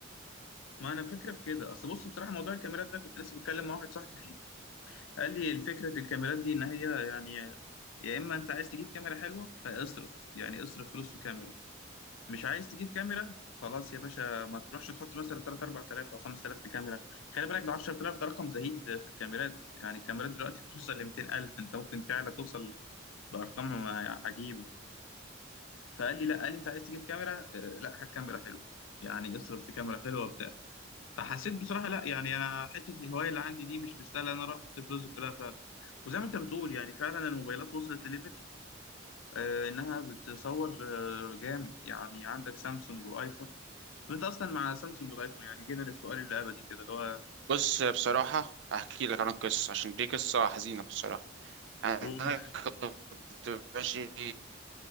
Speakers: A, on the left; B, on the right.
A: ما انا فكره في كده اصل بص بصراحه موضوع الكاميرات ده كنت لسه بتكلم مع واحد صاحبي فيه قال لي فكره الكاميرات دي ان هي يعني يا اما انت عايز تجيب كاميرا حلوه فاصرف يعني اصرف فلوس في كاميرا مش عايز تجيب كاميرا خلاص يا باشا ما تروحش تحط مثلا 3 4000 او 5000 في كاميرا خلي بالك ده 10000 ده رقم زهيد في الكاميرات يعني الكاميرات دلوقتي بتوصل ل 200000 انت ممكن تعلى توصل بارقام عجيبه فقال لي لا قال لي انت عايز تجيب كاميرا آه، لا هات كاميرا حلوه يعني اصرف في كاميرا حلوه وبتاع فحسيت بصراحه لا يعني انا حته الهوايه اللي عندي دي مش مستاهله ان انا اروح احط فلوسي كلها فعلا وزي ما انت بتقول يعني فعلا الموبايلات وصلت لليفل آه انها بتصور آه جامد يعني عندك سامسونج وايفون انت اصلا مع سامسونج والايفون يعني جينا للسؤال اللي ابدي كده اللي هو
B: بص آه، بصراحة هحكي لك عن القصة عشان دي قصة حزينة بصراحة انا
A: أوه.
B: كنت ماشي